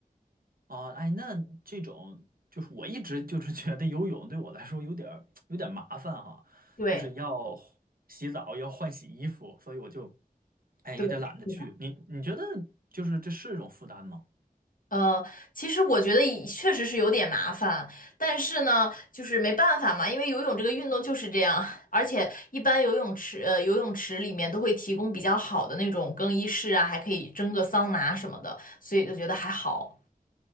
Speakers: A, on the right (about 70°); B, on the left (about 65°).
A: 啊，哎，那这种就是我一直就是觉得游泳对我来说有点儿有点麻烦哈，
B: 对
A: 就是要洗澡，要换洗衣服，所以我就哎有点懒得去。
B: 对，是的。
A: 你你觉得就是这是一种负担吗？
B: 呃，其实我觉得也确实是有点麻烦，但是呢，就是没办法嘛，因为游泳这个运动就是这样，而且一般游泳池，呃，游泳池里面都会提供比较好的那种更衣室啊，还可以蒸个桑拿什么的，所以就觉得还好。